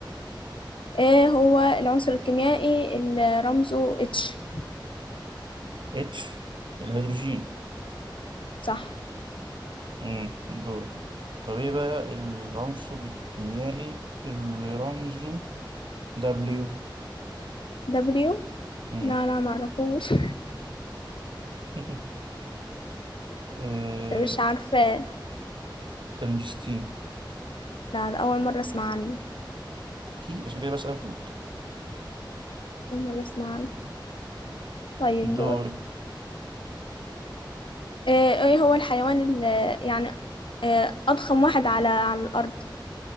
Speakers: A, on the left; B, on the right.
A: ايه هو العنصر الكيميائي اللي رمزه اتش
B: اتش الهيدروجين
A: صح
B: امم دوري طب ايه بقى العنصر الكيميائي اللي رمزه دبليو
A: دبليو
B: امم
A: لا لا معرفوش
B: <laughs> آه...
A: <laughs> مش عارفة
B: تنجستين
A: لا ده أول مرة أسمع عنه
B: اكيد عشان كده بسأل لك
A: أول مرة أسمع عنه طيب
B: دوري
A: دور إيه إيه هو الحيوان اللي يعني إيه أضخم واحد على على الأرض